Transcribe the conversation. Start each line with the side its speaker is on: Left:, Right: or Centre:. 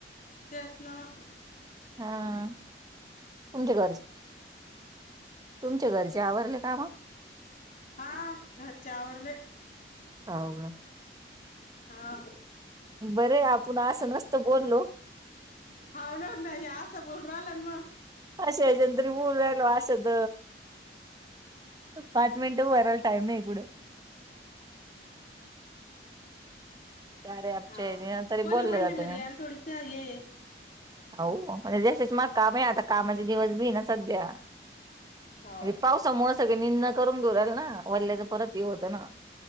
Left: तेच ना म.
Right: हा तुमच्या घरचे तुमच्या घरचे आवरले काम
Left: हा घरच्या आवरले
Right: हाव
Left: कॉल करते
Right: का?
Left: हा.
Right: बरे आपण असं नसतं बोललो.
Left: होन ना यास बोल रालनमा.
Right: अशा या्याच्यानंतरी ऊल वेगला असत पाच मिनिटं वराला टाईम नाही पुढं. अरे आपचे
Left: हाव
Right: तरी
Left: कोणी
Right: बोलले
Left: कोणच्या
Right: जात
Left: घरी
Right: म.
Left: यायला थोडीस हे
Right: हो म्हणजे ज मग काम आहे आता कामाचे दिवस भी ना सध्या
Left: हाव
Right: म्हणे पावसामुळ सगळे निंन करून <unintelligible> ना वल्ल्याचं परत हे होतं ना.